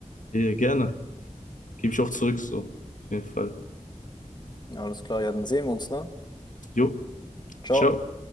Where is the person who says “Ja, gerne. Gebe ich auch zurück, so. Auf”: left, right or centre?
Left